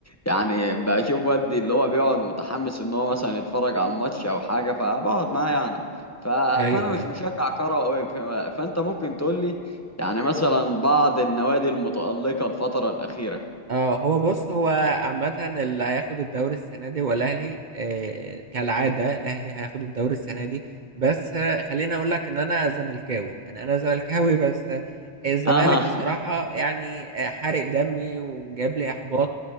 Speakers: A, on the left (about 15°); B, on the right (about 50°).
A: يعني بشوف والدي اللي هو بيقعد متحمس ان هو مثلا يتفرج على الماتش او حاجه فبقعد معاه يعني ف...
B: ايوه
A: فانا مش
B: ايوه
A: مشجع كروي أوي، ف... فانت ممكن تقول لي يعني مثلا بعض النوادي المتالقه الفتره الاخيره
B: اه هو بص هو عامة اللي هياخد الدوري السنة دي هو الأهلي آه كالعادة الأهلي هياخد الدوري السنة دي بس آه خليني أقول لك إن أنا زملكاوي يعني أنا زملكاوي بس آه الزمالك
A: اه
B: بصراحة يعني آه حارق دمي وجاب لي إحباط